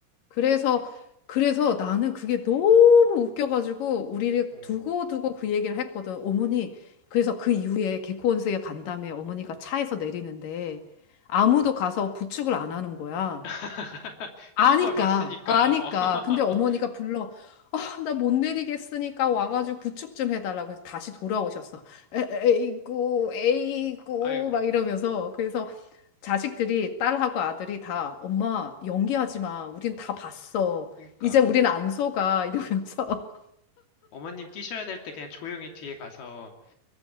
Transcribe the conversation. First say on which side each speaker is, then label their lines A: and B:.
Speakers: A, on the left (about 65°); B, on the left (about 80°).
A: 그래서, 그래서 나는 그게 너무 웃겨가지고 우리를
B: 어,
A: 두고두고 그 얘기를 했거든. 어머니, 그래서 그 이후에 개코 원숭이가 간 다음에 어머니가 차에서 내리는데 아무도
B: 어.
A: 가서 부축을 안 하는 거야.
B: <laughs>
A: 아니까,
B: 뛴 걸 봤으니까,
A: 아니까.
B: 어. <laughs>
A: 근데 어머니가 불러. 아, 나 못 내리겠으니까 와가지고 구축 좀 해달라고 해서 다시 돌아오셨어. 에, 에이구, 에이구,
B: 아이고,
A: 막 이러면서. 그래서 자식들이, 딸하고 아들이 다, 엄마, 연기하지 마. 우린 다 봤어.
B: 그러니까.
A: 이제 우린 안 속아. 이러면서.
B: 어머님 뛰셔야 될 때 그냥 조용히 뒤에 가서